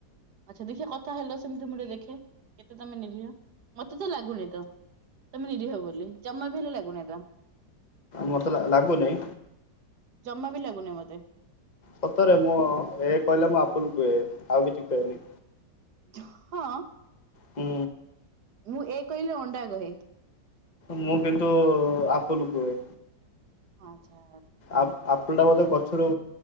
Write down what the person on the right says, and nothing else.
ଆଚ୍ଛା ଦେଖିବା କଥା ହେଲ ସେମତି ମୁଁ ଟିକେ ଦେଖେ କେତେ ତମେ ନିରୀହ। ମତେ ତ ଲାଗୁନି ତ ତମେ ନିିରୀହ ବୋଲି ଜମା ବି ହେଲେ ଲାଗୁନାଇ ତ।
ଜମା ବି ଲାଗୁନି ମତେ।
ଝ୍ ହଁ।
ମୁଁ ଏ କହିଲେ ଅଣ୍ଡା କହେ।
ଆଚ୍ଛା।